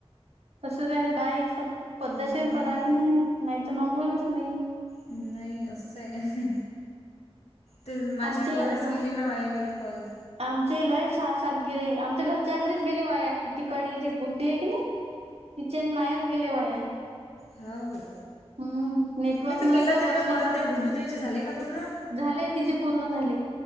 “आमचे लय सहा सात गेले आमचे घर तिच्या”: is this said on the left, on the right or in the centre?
Right